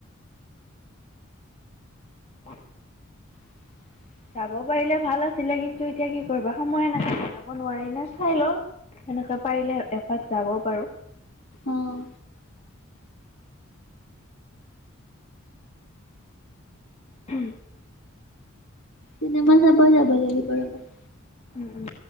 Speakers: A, on the left; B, on the left.
A: আৰু
B: অ
A: যাব পাৰিলে ভাল আছিলে কিন্তু এতিয়া কি কৰিবা সময়ে নাথে যাব নোৱাৰি নে চাই ল সেনেকে পাৰিলে এপাক যাবও পাৰোঁ
B: অম
A: উ
B: চিনেমা চাব যাব লাগে কৰ'ৰবাত
A: উম উম